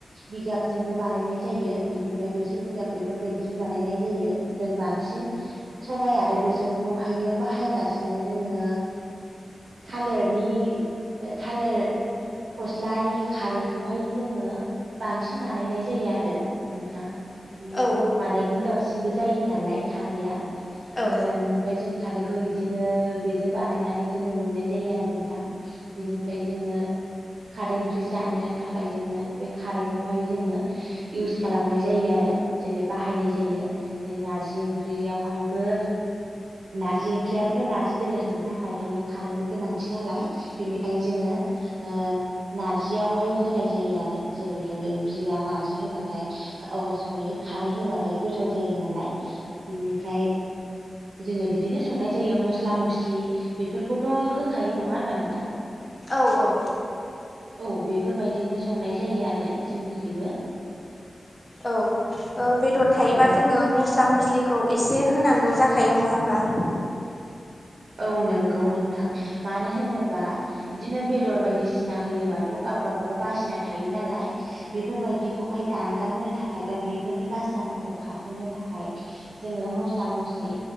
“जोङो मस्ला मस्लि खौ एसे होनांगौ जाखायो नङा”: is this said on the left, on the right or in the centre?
Left